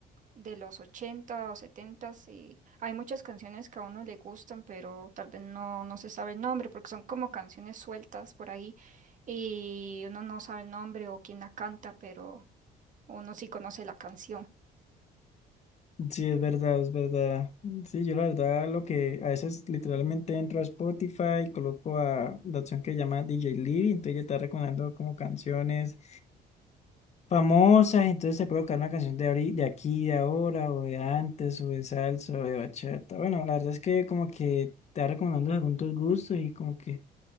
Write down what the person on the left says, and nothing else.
sí, es verdad, es verdad, sí, yo la verdad lo que a veces literalmente entro a Spotify, coloco a la opción que llama DJ Libby, entonces ya está recomendando como canciones famosas, entonces te puede buscar una canción de, ahori- de aquí, de ahora, o de antes, o de salsa, o de bachata. Bueno, la verdad es que como que te va recomendando según tus gustos y como que